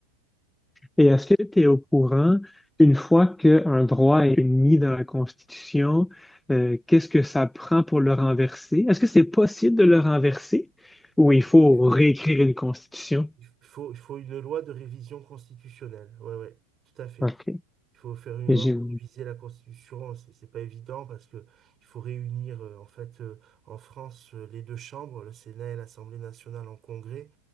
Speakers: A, in the centre; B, on the right.
A: Et est-ce que tu es au courant, une fois qu'un droit est mis dans la Constitution, euh, qu'est-ce que ça prend pour le renverser? Est-ce que c'est possible de le renverser ou il faut
B: Il f-
A: réécrire une Constitution?
B: il faut, il faut une loi de révision constitutionnelle. Ouais, ouais, tout à fait.
A: OK.
B: Il faut faire une
A: Et
B: loi
A: J'ai-
B: pour réviser la Constitution. C'est c'est pas évident parce que il faut réunir euh, en fait euh, en France euh, les deux chambres, le Sénat et l'Assemblée nationale en congrès